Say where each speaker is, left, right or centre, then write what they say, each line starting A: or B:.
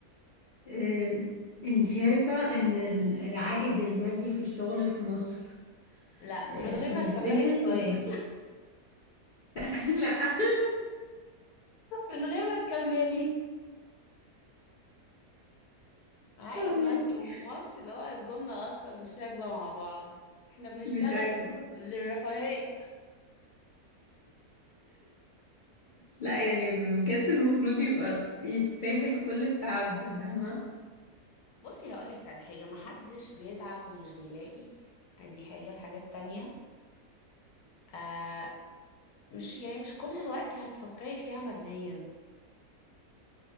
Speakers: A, on the left; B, on the left.
A: آم، انت شايفة ان ال- العائد المادي في الشغل في مصر
B: لا
A: آه،
B: من غير
A: يستاهل
B: ما تكملي السؤال
A: ولا لا؟ <laughs>
B: <laughs> من غير ما تكملي عائد
A: لا <laughs>
B: مادي وفي مصر اللي هو الجمله اصلا مش راكبه مع بعض احنا بنشتغل
A: مش راكبة
B: للرفاهيه
A: لا يعني بجد المفروض يبقى يستاهل كل التعب ده فاهمة
B: بصي هقولك على حاجه محدش بيتعب ومش بيلاقي ادي حاجه الحاجات التانية آه مش يعني مش كل الوقت هتفكري فيها ماديا